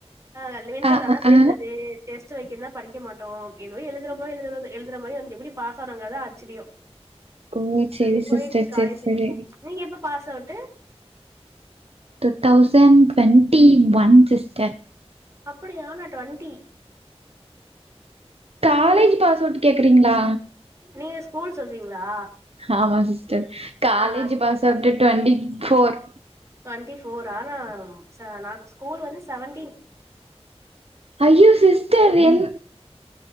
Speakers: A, on the right (about 25°); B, on the right (about 65°).
A: ஆ <unintelligible>
B: அ அ
A: தா சுத்துறது
B: ஆ
A: டெஸ்ட் வைக்கிறதுதா படிக்க மாட்டோ எதோ எழுதுறப்போ எழுதுற எழுதுற மாரி <unintelligible> எப்டி பாஸ் ஆனோங்கரதுதா ஆச்சரிய
B: ஓ செரி
A: அப்டியே போய்ருச்சு
B: சிஸ்டர்
A: காலேஜ்ஜி
B: செரி செரி
A: நீங்க எப்ப pass out
B: two thousand twenty one sister
A: அப்டியா நா டுவென்டி
B: காலேஜ்ஜி பாஸ் அவுட்டு கேக்குறீங்களா
A: நீங்க ஸ்கூல் சொல்றீங்களா
B: ஆமா சிஸ்டர் காலேஜ்ஜி
A: ஆ நா ஸ்கூ
B: pass out twenty four
A: twenty ஃபோரா நா ஸ்கூல் வந்து செவன்டீன்
B: அய்யோ சிஸ்டர் என்